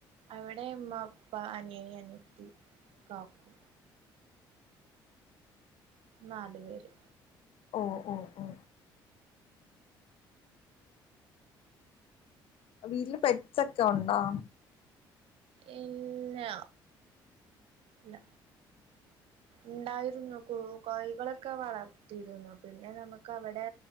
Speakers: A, on the right (about 70°); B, on the left (about 65°).
A: അവിടെമ്മ പ്പ അനിയന അനയത്തി കാക്കു. നാല് പേര്.
B: ഓ ഓ ഓ ഓ വീട്ടില് പെഡ്സക്കെ ഉണ്ടോ?
A: ഇല്ല ഇല്ല ഇണ്ടായിരുന്നു കോ കോയ്കളൊക്കെ വളർത്തിരുന്നു പിന്നെ നമുക്ക് അവിടെ